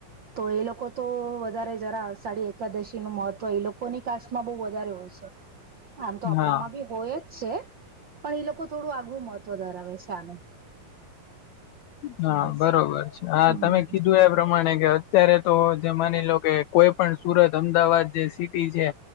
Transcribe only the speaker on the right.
તો એ લોકો તો વધારે જરા અડસાળી એકાદશી. નું મહત્વ એ લોકોની કાસમાં બહ વધારે હોશે આમ તો આપણામાં
બી. હોય જ છે પણ એ લોકો થોડું આગવ મહત્વ ધરાવે છે આનું.
હમ